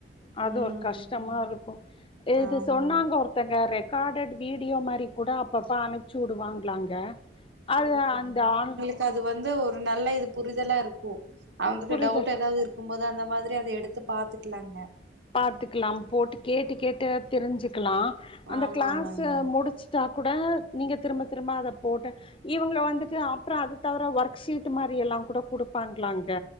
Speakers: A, on the left; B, on the right.
A: அது
B: ம்.
A: ஒரு கஷ்டமா இருக்கு. இது
B: ஆமாமா.
A: சொன்னாங்க ஒரு, இல்லங்க ரெக்கார்டு வீடியோ மாரி கூட அப்பப்ப அனுப்பிச்சு உடுவாங்க்லாங் த அது அந்த ஆன்
B: சோ அது வந்து ஒரு நல்ல இது புரிதலா இருக்கு அவுங்ளுக்கு
A: புரியுது
B: டவுட் ஏதாவது இருக் க்கும் போது அந்த மாதிரி அத எடுத்து பாத்துக்லாங்க
A: பாத்துக்கலாம் போட்டு கேட்டு கேட்டு தெரிஞ்சுக்கலா. அந்த
B: ஆமாமாங்க.
A: கிளாஸ்ஸு முடிச்சு. தா கூட நீங்க திரும்ப, திரும்ப அத போட்ட இவுங்கள வந்துட்டு அப்றோ அது தவிர ஒர்க்சீட் மாரி எல்லா கூட குடுப்பாங்ளாங்க